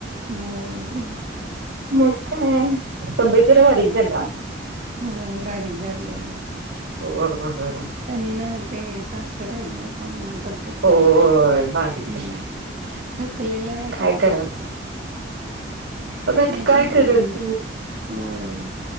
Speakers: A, on the right; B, on the right.
A: होय.
B: मग काय तब्येत जरा बारीक झालीया.
A: होय बारीक झालीया होय.
B: <unintelligible>
A: त्यांना ते साखर आय ग त्यामुळ तब्येत
B: होय
A: बारीक झाली.
B: बारीक
A: हम्म
B: झाल्या
A: थकलेल्या वाटतात
B: काय कराल
A: आता त्या.
B: बघ आता
A: अशा
B: काय करल
A: म्ह
B: ती
A: होय.